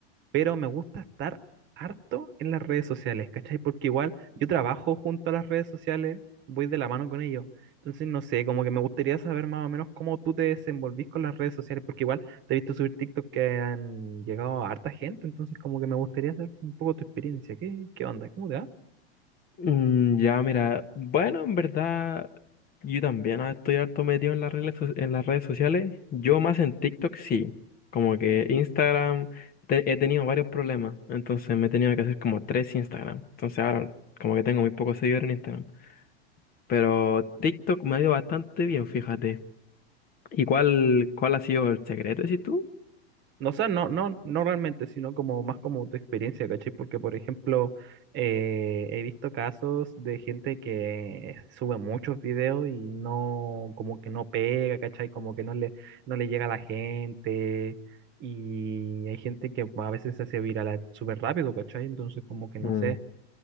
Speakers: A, on the right; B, on the left.
A: pero me gusta estar harto en las redes sociales, ¿cachai? Porque igual yo trabajo junto a las redes sociales, voy de la mano con ellos. Entonces, no sé, como que me gustaría saber más o menos cómo tú te desenvolvís con las redes sociales, porque igual te he visto subir TikTok que han llegado a harta gente, entonces como que me gustaría saber un poco tu experiencia. ¿Qué, qué onda? ¿Cómo te va?
B: Mm, ya, mira, bueno, en verdad, yo también ah, estoy harto metido en las redes, so- en las redes sociales. Yo más en TikTok sí. Como que Instagram, te- he tenido varios problemas. Entonces me he tenido que hacer como tres Instagram. Entonces ahora como que tengo muy pocos seguidores en Instagram. Pero TikTok me ha ido bastante bien, fíjate. ¿Y cuál, cuál ha sido el secreto, decís tú?
A: No, o sea, no, no, no realmente, sino como más como tu experiencia, ¿cachai? Porque, por ejemplo, eh, he visto casos de gente que sube muchos videos y no, como que no pega, ¿cachai? Como que no le, no le llega a la gente. Y hay gente que a veces se hace viral súper rápido, ¿cachai? Entonces, como que no
B: Mm.
A: sé,